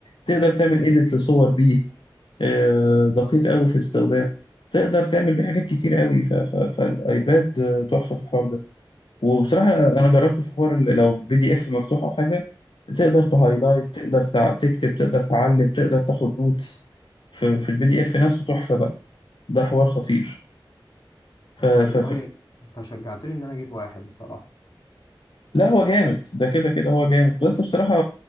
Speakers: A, on the left; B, on the left.
A: تقدر تعمل إيديت لصور بيه آه، دقيق أوي في الاستخدام تقدر تعمل بيه حاجات كتير أوي ف- ف- فالأيباد آه، تحفة في الحوار ده وبصراحة أنا جربته في حوار ال- لو بي دي إف مفتوح أو حاجة تقدر تهايلايت تقدر تع- تكتب تقدر تعلم تقدر تاخد نوتس في, في البي دي إف نفسه تحفة بقى ده حوار خطير ف... ف...
B: آه، والله
A: ف...
B: انت شجعتني ان انا اجيب واحد الصراحة
A: لا هو جامد ده كده كده هو جامد بس بصراحة